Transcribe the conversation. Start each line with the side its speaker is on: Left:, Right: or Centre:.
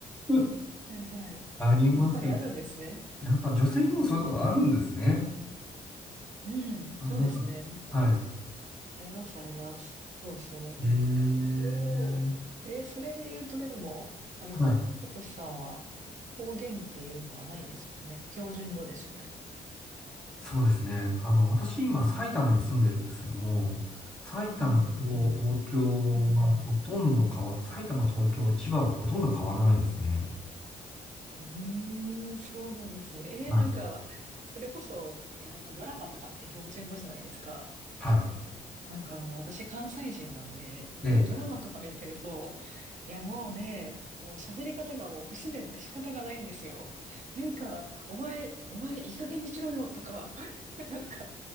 Centre: <laughs>
Right: はいはい。
Centre: ありますよね
Right: やっぱりあるんですね。
Centre: やっぱ女性にもそういうとこあるんですね。
Right: うん、
Centre: あ、
Right: そうですね。
Centre: なんか、
Right: なんか、
Centre: は
Right: ありますあります。そうそう。
Centre: い。えー、
Right: そう。えーそれで言うとでも、あれか、
Centre: はい。
Right: さとしさんは方言っていうのはないですよね。標準語ですよね。
Centre: そうですね。あの、私今埼玉に住んでるんですけども、埼玉と東京はほとんど変わ、
Right: うんうんうん。うんうん
Centre: 埼玉、東京、千葉はほとんど変わらないですね。
Right: うーん、そうなんですね。
Centre: はい。
Right: えー、なんか、それこそ、いや、なんかドラマとかって標準語じゃないですか。
Centre: はい。
Right: なんかもう私関西人なんで、なんかドラマとか見てると、
Centre: ええ。
Right: いやもうね、もう喋り方がもう不自然で仕方がないんですよ。なんか、お前、お前いい加減にしろよとか、<laughs> なんか、